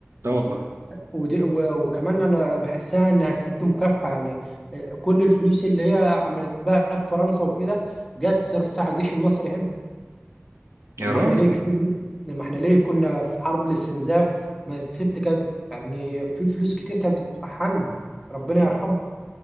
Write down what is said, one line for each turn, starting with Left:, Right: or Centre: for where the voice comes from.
Right: لا والله
Centre: ودي و- وكمان انا بحسها انها ست مكافحه يعني آه، كل الفلوس اللي هي عملت بها في فرنسا وكده جت صرفتها على الجيش المصري هنا
Right: يا
Centre: لما
Right: راجل
Centre: احنا ليه كسبنا لما احنا ليه كنا في حرب الاستنزاف ما الست كانت يعني في فلوس كتير كانت بتتفحن ربنا
Right: مم.
Centre: يرحمه